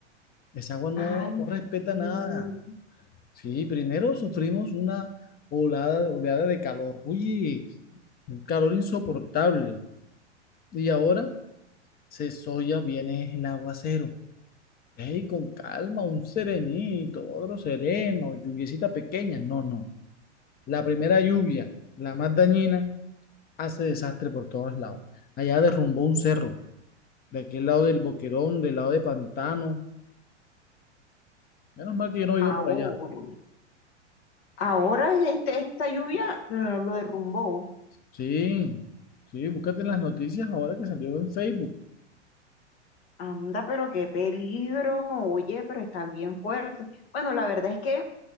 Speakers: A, on the left; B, on the left.
A: Esa agua no,
B: ay,
A: no respeta
B: mm,
A: nada. Sí, primero sufrimos una oleada oleada de calor. Uy, un calor insoportable. Y ahora se soya viene el aguacero. Ey, con calma, un serenito, otro sereno, lluviecita pequeña. No, no. La primera lluvia, la más dañina, hace desastre por todos lados. Allá derrumbó un cerro, de aquel lado del Boquerón, del lado de Pantano. Menos mal que yo no vivo
B: ahora.
A: por allá.
B: Ahora este, esta lluvia lo, lo derrumbó.
A: Sí, sí, búscate en las noticias ahora que salió en Facebook.
B: Anda, pero qué peligro. Oye, pero está bien fuerte. Bueno, la verdad es que